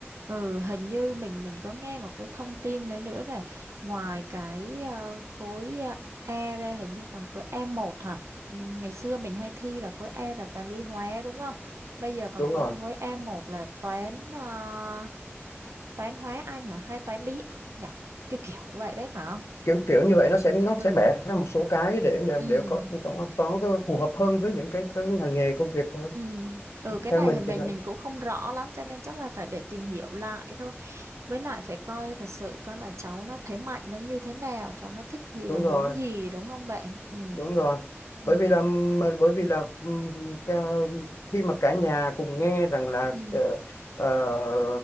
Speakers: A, on the right; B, on the left.
A: Ừ, hình như mình mình có nghe một cái thông tin nữa nữa là ngoài cái ờ, khối ờ, E ra hình như còn khối e một hả? Ừ, Ngày xưa mình hay thi là khối E là toán lý hóa đúng không? Bây giờ còn
B: đúng
A: có
B: rồi
A: cái khối e một là toán ờ, toán hóa Anh nhỉ hay toán lý Anh nhỉ? Kiểu kiểu vậy đấy phải không?
B: kiểu kiểu như vậy nó sẽ nó
A: Ừ.
B: sẽ bẻ ra một số cái để để,
A: Ừ.
B: để có có có phù hợp hơn với những cái cái ngành nghề công việc thôi.
A: Ừ. Ừ cái
B: theo
A: này
B: mình
A: thì mình
B: thì nó
A: mình cũng không rõ lắm cho nên chắc là phải để tìm hiểu lại thôi với lại phải coi thật sự coi là cháu nó thế mạnh nó như thế nào cháu nó thích gì
B: đúng
A: và muốn
B: rồi
A: gì đúng không bạn ừ
B: đúng rồi
A: ừ
B: bởi vì là bởi vì là ừm, ca- khi mà cả nhà cùng nghe rằng là
A: ừ
B: ờ, ờ,